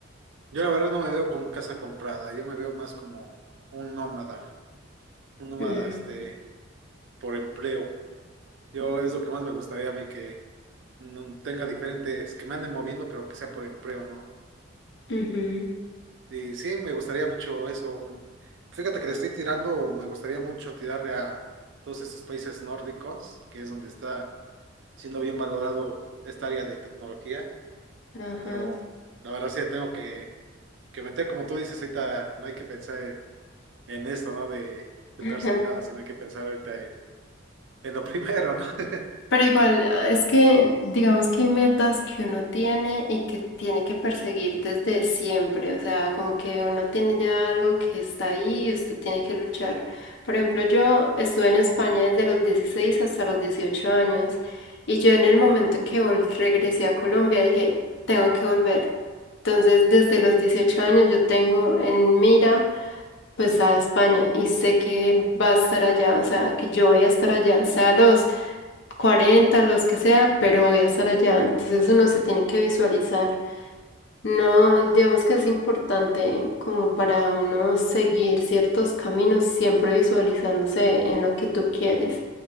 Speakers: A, on the right; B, on the left.
A: Yo la verdad no me veo con casa comprada, yo me veo más como un nómada, un nómada,
B: Mm,
A: este, por empleo. Yo es lo que más me gustaría a mí que no tenga diferentes, que me anden moviendo, pero que sea por empleo, ¿no?
B: ujú,
A: Y sí, me gustaría mucho eso. Fíjate que le estoy tirando, me gustaría mucho tirarle a todos estos países nórdicos, que es donde está siendo bien valorado esta área de tecnología,
B: ajá.
A: pero la verdad sí le tengo que, que meter, como tú dices, ahorita no hay que pensar en, en esto, ¿no? De juntarse
B: <laughs>
A: ni nada, sino hay que pensar ahorita en, en lo primero, ¿no? <laughs>
B: Pero igual, ah, es que digamos que hay metas que uno tiene y que tiene que perseguir desde siempre, o sea, como que uno tiene ya algo que está ahí y usted tiene que luchar. Por ejemplo, yo estuve en España desde los 16 hasta los 18 años y yo en el momento que vol- regresé a Colombia dije, tengo que volver. Entonces, desde los 18 años yo tengo en mira pues a España y sé que va a estar allá, o sea, que yo voy a estar allá, sea los cuarenta los que sea, pero voy a estar allá. Entonces uno se tiene que visualizar. No, digamos que es importante como para uno seguir ciertos caminos, siempre visualizándose en lo que tú quieres.